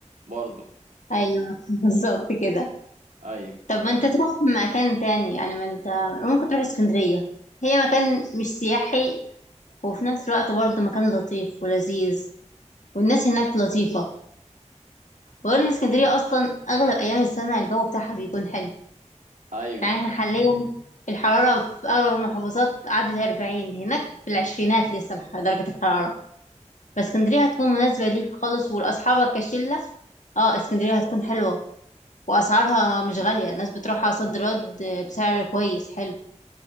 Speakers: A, on the right; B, on the left.
A: برضه
B: ايوه <laughs> بالظبط كده
A: ايوه
B: طب ما انت تروح مكان تاني يعني ما انت ممكن تروح اسكندرية هي مكان مش سياحي وفي نفس الوقت برضه مكان لطيف ولذيذ والناس هناك لطيفة وغير ان اسكندريه اصلا اغلب ايام السنه الجو بتاعها بيكون حلو
A: ايوه
B: يعني احنا حاليا الحراره في اغلب المحافظات عدت 40 هناك في العشرينات لسه الح- درجه الحراره فاسكندريه هتكون مناسبه ليك خالص ولاصحابك كشله اه اسكندريه هتكون حلوه واسعارها مش غاليه الناس بتروحها صد رد بسعر كويس حلو